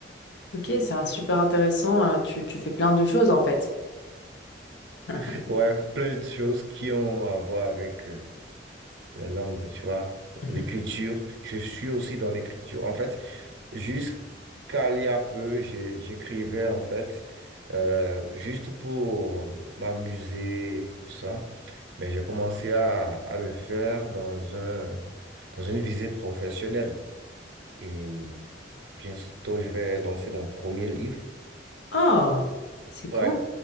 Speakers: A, on the left; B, on the right.
A: Ok, c'est un super intéressant. euh, Tu, tu fais plein de choses en fait. <laughs>
B: <laughs> Ouais, plein de choses qui ont à voir avec, euh, la langue, tu vois,
A: Mhm.
B: l'écriture. Je suis aussi dans l'écriture. En fait, jusqu'à il y a peu, j'ai- j'écrivais, en fait, euh, juste pour m'amuser, tout ça. Mais j'ai commencé à, à le faire dans un, dans une visée professionnelle. Et bientôt, je vais lancer mon premier livre.
A: Oh, c'est cool.
B: Ouais.